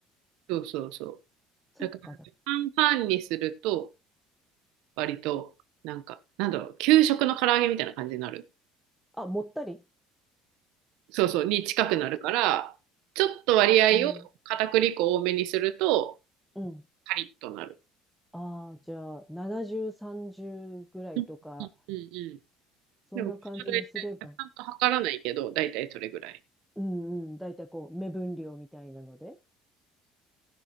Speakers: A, on the right (about 85°); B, in the centre.
A: そうそうそう
B: そっか、
A: だから
B: じゃ
A: 半々にすると割と、なんか、なんだろう、給食の唐揚げみたいな感じになる。
B: あ。あ、もったり
A: そうそう、に近くなるから、ちょっと割合を片栗粉多めにすると、
B: うん、うん。
A: カリッとなる。
B: ああ、じゃあ、70、30ぐらいとか、
A: うんうんうん。
B: そんな感じにすれば。
A: でも、大体、ちゃんと測らないけど、大体それぐらい。
B: うんうん。だいたいこう、目分量みたいなので。